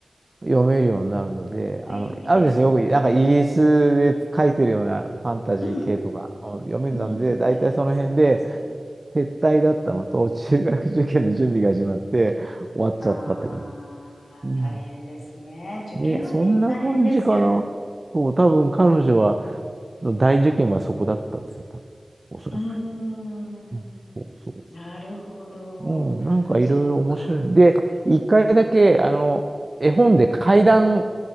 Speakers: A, on the right; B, on the left.
A: 読めるようになるので、
B: おー、
A: あの、
B: いいですね。
A: あるですよ、よく、なんかイギリスで書いてるようなファンタジー系とか、
B: うん。
A: あ読めるので、
B: うんうん。
A: 大体その辺で
B: あります、あります。あ
A: 撤退だったのと、中学受験の準備が始まって、終わっちゃったって感じです。
B: あ、
A: うん。
B: 大変ですね。受験はね、
A: で、そんな感じかな。
B: 大変ですよね。
A: そう、多分彼女は、
B: うん
A: の大受験はそこだったんですよ、多分おそらく。
B: うん。
A: うん、
B: うーん。
A: そうそうそ
B: なるほど。
A: う。うん、なんかいろいろ面白い。
B: そうか。
A: で、一回だけ、
B: うんうん。
A: あの、絵本で怪談